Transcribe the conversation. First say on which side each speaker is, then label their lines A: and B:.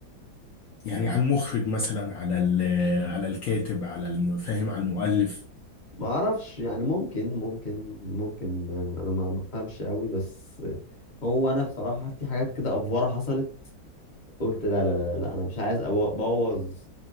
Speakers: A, on the left (about 70°); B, on the left (about 30°).
A: يعني على المخرج مثلا على ال على الكاتب على الم- فاهم على المؤلف
B: ما أعرفش يعني ممكن ممكن ممكن يعني أنا ما ما بفهمش قوي بس هو أنا بصراحة في حاجات كده أفوارة حصلت قلت لا لا لا لا أنا مش عايز أبو- أبوظ